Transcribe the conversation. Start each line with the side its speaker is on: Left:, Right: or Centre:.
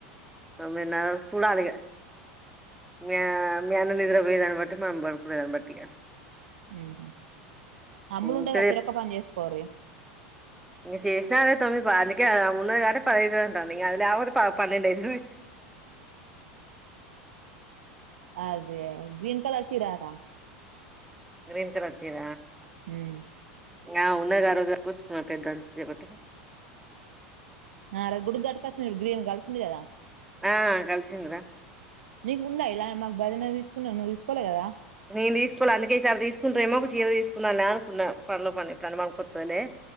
Centre: తొమ్మిదిన్నరవరకు చూడాలి ఇగా మీ అన్న నిద్ర పోయే దాన్ని బట్టి మా అమ్మ అనుకునే దాన్ని బట్టి ఇక
Right: మ్మ్ అమ్ములు
Centre: ముచ్చట
Right: ఉండే కదా చెరొక్క పని చేసుకోన్రి
Centre: ఇంగ చేసిన అదే తొమ్మి పా అందుకే ఆ మూన్నది కాబట్టే పది అయితది అంటన్న గది లేపోతే ప పన్నెండు అయితది
Right: అదే గ్రీన్ కలర్ చీర టా
Centre: గ్రీన్ కలర్ చీర
Right: ఉమ్
Centre: ఆ ఉన్నదిగా ఆరోజ్ కట్టకచుకున్న పెద్ద అంచ్ ఒకటి
Right: ఆ రో గుడి క్ గటకచ్చినపు డు గ్రీన్ కలిసింది కదా
Centre: ఆ కలిసిందిరా
Right: నీకుందా ఇలా మాకు భజన తీసుకున్నా నువ్వు తీసుకోవలే కదా
Centre: నేను తీసుకోలే అందుకే ఈసారి తీసుకుంటే ఏమో ఒక చీర తీసుకుందాలే అనుకున్నా పనులో పని ఇట్లాన్ టికి పనికోత్తలేే